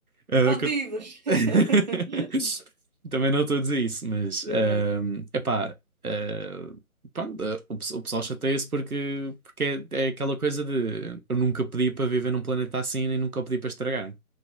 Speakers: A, on the right; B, on the right.
A: Eh,
B: <laughs> Bandidos.
A: que eu-
B: <laughs>
A: <laughs> Também não estou a dizer isso, mas eh,
B: Exato.
A: epá, eh, pronto, eh, o, pe- o pessoal chateia-se porque, porque é, é aquela coisa de eu nunca pedi para viver num planeta assim nem nunca o pedi para estragar.